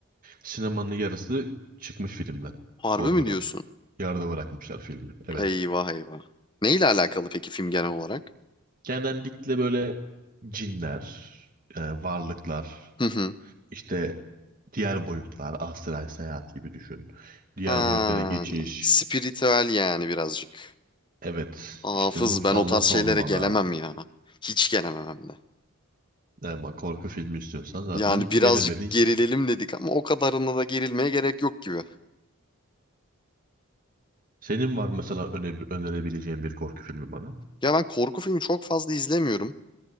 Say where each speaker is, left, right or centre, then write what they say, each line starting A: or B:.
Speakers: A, on the right; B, on the left.
A: sinemanın yarısı çıkmış filmden
B: Harbi
A: korkudan.
B: mi diyorsun?
A: Yarıda bırakmışlar filmi. Evet.
B: Eyvah eyvah. Neyle alakalı peki film genel olarak?
A: Genellikle böyle cinler, e, varlıklar,
B: Hı hı.
A: işte diğer boyutlar, astral seyahat gibi düşün. Diğer
B: Ha,
A: boyutlara geçiş.
B: spiritüel yani birazcık.
A: Evet,
B: Hafız
A: işte musallat
B: ben o tarz şeylere
A: olmalar.
B: gelemem ya. Hiç gelemem hem de.
A: Ama korku filmi istiyorsan zaten
B: Yani birazcık
A: gelemedin.
B: gerilelim dedik ama o kadarına da gerilmeye gerek yok gibi.
A: Senin var mesela öne- önerebileceğin bir korku filmi bana.
B: Ya ben korku filmi çok fazla izlemiyorum.